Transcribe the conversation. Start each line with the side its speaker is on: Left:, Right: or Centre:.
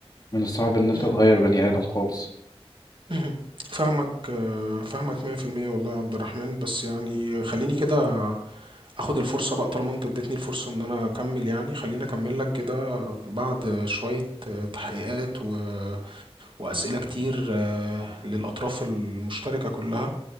Left: من الصعب إن انت
Right: مم.
Left: تغير بني آدم خالص
Right: مهم. فاهمك آه، فاهمك 100% والله يا عبد الرحمن بس يعني خليني كده اخد الفرصة بقى طالما انت اديتني الفرصة ان انا اكمل يعني خليني اكمل لك كده بعد شوية آه، تحقيقات و... واسئلة كتير آه، للاطراف المشتركة كلها